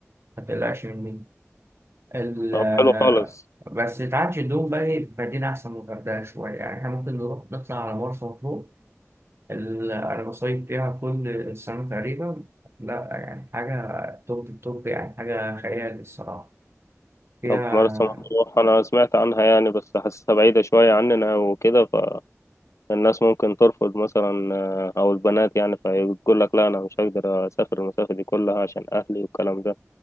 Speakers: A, on the right (about 55°); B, on the left (about 70°).
A: ما تقلقش مني ال
B: طب
A: آه،
B: حلو خالص
A: بس تعالش الدوم بقى إيه، في مدينة أحسن من الغردقة شوية يعني إحنا ممكن نروح نطلع على مرسى مطروح ال- أنا بصيف فيها كل سنة تقريبا لا يعني حاجة توب التوب يعني حاجة خيال الصراحة. يا
B: طب مرسى مطروح أنا سمعت عنها يعني بس حاسسها بعيدة شوية عننا وكده فالناس ممكن ترفض مثلا آه، أو البنات يعني فيقول لك لا أنا مش هقدر أسافر المسافة دي كلها عشان أهلي والكلام ده